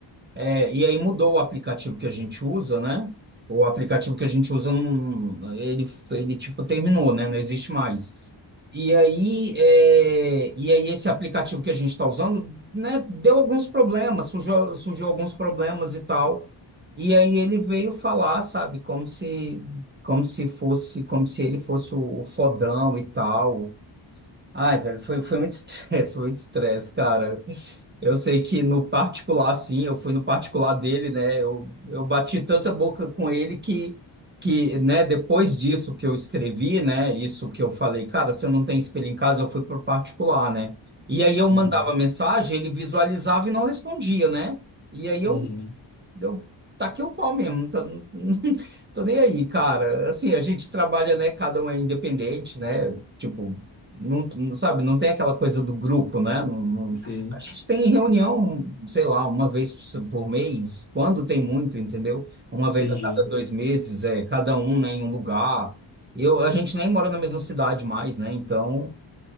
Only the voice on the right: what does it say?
É, e aí mudou o aplicativo que a gente usa, né? O aplicativo que a gente usa, não, ele, ele tipo terminou, né? Não existe mais. E aí, é, e aí esse aplicativo que a gente está usando, né, deu alguns problemas, surgiu, surgiu alguns problemas e tal. E aí ele veio falar, sabe, como se como se fosse, como se ele fosse o, o fodão e tal. Ai, velho, foi, foi muito <laughs> estresse, foi muito estresse, cara. Eu sei que no particular, sim, eu fui no particular dele, né? Eu, eu bati tanta boca com ele que, que, né, depois disso que eu escrevi, né, isso que eu falei, cara, você não tem espelho em casa, eu fui pro particular, né? E aí eu mandava
mensagem, ele visualizava e não respondia, né? E aí eu
eu taquei o pau mesmo, não tô, não- <laughs> tô nem aí, cara. Assim, a gente trabalha, né? Cada um é independente, né? Tipo, não, não- sabe, não tem aquela coisa do grupo, né? Não- não-
a gente tem reunião, sei lá, uma vez por mês, quando tem muito, entendeu? Uma
vez a cada dois meses, é cada um, né, em um lugar. Eu, a gente nem mora na mesma cidade mais, né? Então.